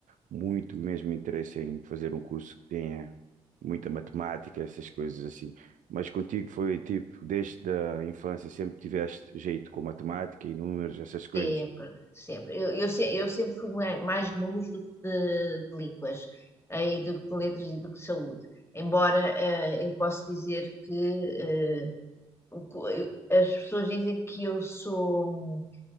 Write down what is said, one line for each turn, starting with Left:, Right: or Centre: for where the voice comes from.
Right: muito mesmo interesse em fazer um curso que tenha muita matemática, essas coisas assim. Mas contigo foi tipo, desde a infância sempre tiveste jeito com matemática e números, essas coisas.
Left: Sempre, sempre. Eu, eu, se- eu sempre fui mai- mais de números do que de, de línguas, aí do que de letras e do que de saúde. Embora eh, eu posso dizer que eh, o co- eu- as pessoas dizem que eu sou,